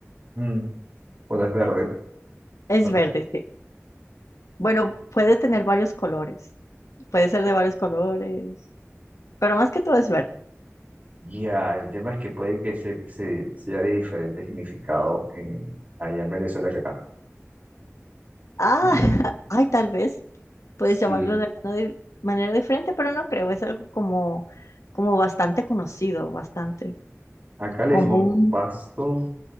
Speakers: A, on the right; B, on the left.
A: Mm, Bueno, es verde.
B: Es
A: Lo que,
B: verde, sí. Bueno, puede tener varios colores. Puede ser de varios colores. pero más que todo es ver.
A: ya, el tema es que puede que se, se- sea de diferente significado en, allá en Venezuela que acá.
B: Ah,
A: Mm,
B: <laughs> ay, tal vez puedes
A: Sí,
B: llamarlo de alguna di- manera diferente, pero no creo, es algo como, como bastante conocido, bastante
A: acá le
B: común.
A: decimos pasto,